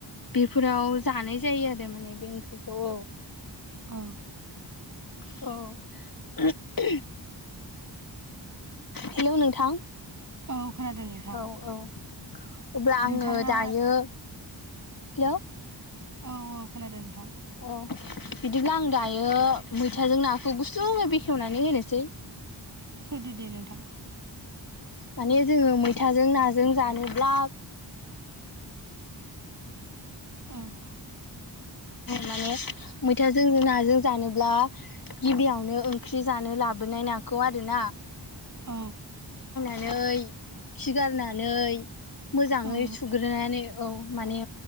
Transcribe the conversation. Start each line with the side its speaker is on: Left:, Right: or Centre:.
Left: बेफोराव जानाय जायो आरो माने बे ओंख्रिखौ
Right: औ
Left: औ <inaudible> हेलौ नोंथां।
Right: औ खोनादों नोंथां
Left: औ औ अब्ला आङो
Right: नोंथाङा
Left: दायो हेलौ
Right: औ औ खोनादों नोंथां।
Left: अ बिदिब्ला आं दायो मैथाजों नाखौ गुस्लुङै बेखेवनानै होनोसै।
Right: होदो दे नोंथां।
Left: माने
Right: औ
Left: जोङो मैथाजों नाजों जानोब्ला
Right: औ
Left: माने मैथाजों नाजों जानोब्ला गिबियावनो ओंख्रि जानो लाबोनाय ना बेखौ आरोना
Right: औ
Left: नानै खिगारनानै मोजाङै
Right: औ
Left: सुग्रोनानै औ माने